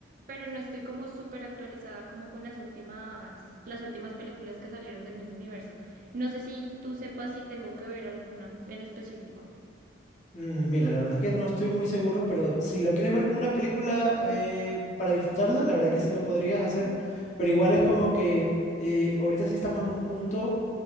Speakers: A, on the right; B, on the left.
A: pero no estoy como súper actualizada como con las últimas, las últimas películas que salieron del mismo universo. No sé si tú sepas si tengo que ver alguna en específico.
B: Mm, mira, la verdad que no estoy muy seguro, pero si lo quieres ver como una película eh, para disfrutarla, la verdad que sí lo podrías hacer. Pero igual es como que eh, ahorita sí estamos en un punto